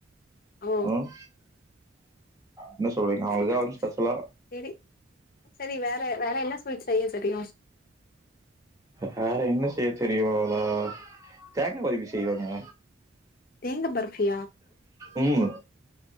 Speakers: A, on the left; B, on the right.
A: ஓ
B: ம் என்ன சொல்றீங்க?
A: செரிங்க
B: அவங்களுக்காக வந்து ஸ்பெஷலா
A: செரி செரி வேற வேற என்ன ஸ்வீட் செய்ய தெரியு
B: வேற என்ன செய் தெரிவாளா தேங்கா பர்பி செய்வனே
A: தேங்க பர்ஃபியா
B: உம்